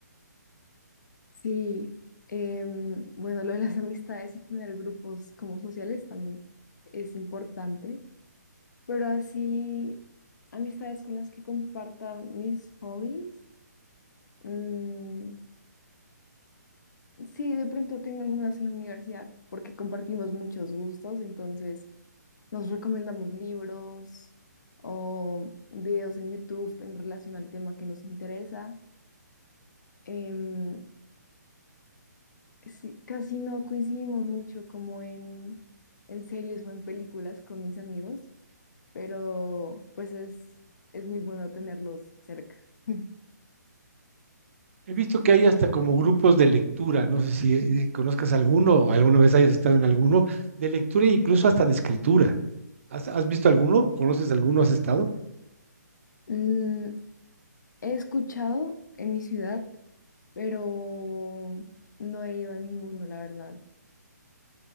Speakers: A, on the left (about 80°); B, on the right (about 45°).
A: Sí. Em, bueno, lo de las amistades y tener grupos como sociales también es importante, pero así amistades con las que comparta mis hobbies. mm, sí, de pronto tengo algunas en la universidad porque compartimos muchos gustos, entonces nos recomendamos libros o videos en YouTube en relación al tema que nos interesa. em, Sí, casi no coincidimos mucho como en, en series o en películas con mis amigos, pero pues es, es muy bueno tenerlos cerca. <laughs>
B: He visto que hay hasta como grupos de lectura, no sé si eh, conozcas alguno o alguna vez hayas estado en alguno, de lectura e incluso hasta de escritura. ¿Has, has visto alguno? ¿Conoces alguno? ¿Has estado?
A: Mm, he escuchado en mi ciudad, pero no he ido a ninguno, la verdad.